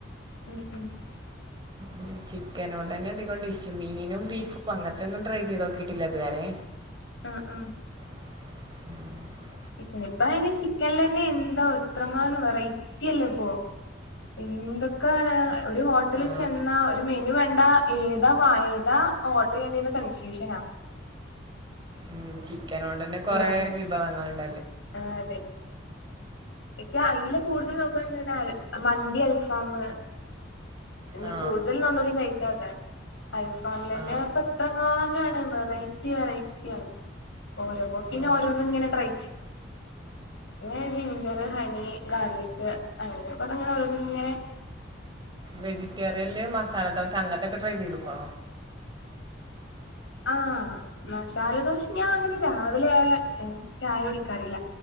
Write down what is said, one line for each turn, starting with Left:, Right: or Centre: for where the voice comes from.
Left: ഉംഹ് ഉംഹ്
Right: ഉ ചിക്കന കൊണ്ട് തന്നെ അധികൊണ്ട് ഇഷ മീനും ബീഫും അങ്ങത്തെ ഒന്നും ട്രൈ ചെയ്ത് നോക്കിയിട്ടില്ല അത്വരെ
Left: ആഹ് ഉഹ
Right: ഉംഹ്
Left: ചിക്കൻ ഇപ്പ ആണെ ചിക്കനൽ തന്നെ എന്താ എത്രങ്ങൻ വെറൈറ്റി അല്ലോ ഇപ്പോൊ എന്തൊക്കെയാണ് ഒര് ഹോട്ടലി
Right: ആ
Left: ചെന്നാ ഒര് മെനു വേണ്ട ഏതാ വ ഏതാ ഓർഡർ ചെയ്യേണ്ടിുന്ന കൺഫ്യൂഷന
Right: ഉം ചിക്കന കൊണ്ട് തന്നെ കൊറെ
Left: കാര്യം
Right: വിഭവങ്ങൾുണ്ട്
Left: ആഹ് അതെ എക്ക അയിൽ കൂടുതൽ നോക്ക മന്തി അൽഫാം അെ ഞാൻ
Right: ആ
Left: കൂടുതലും നന്നുകൂടയും കഴിക്കാതാണ് ഐഫോണ തന്നെ
Right: ആ
Left: അപ്പൊ എത്ര കാനാണ് വെറൈറ്റി വെറൈറ്റി ആണ് ഓരോക്കിന
Right: ആ
Left: ഓരോന്നും ഇങ്ങനെ ട്രൈ പിന്നെ ജിഞ്ചറ് ഹനി ഗാർലിക് അങ്ങ അപ്പതെങ്ങനെ ഇങ്ങനെ
Right: വെജിറ്റേറിയന്ല് മസാല ദോശ അങ്ങൻത്തൊക്കെ ട്രൈ ചെയ്ത്ക്കോ
Left: ആ മസാലദോശ ഞാ അങ്ങനെ രാവിലെ ഏറെ ചായ കുടിക്കാറില്ല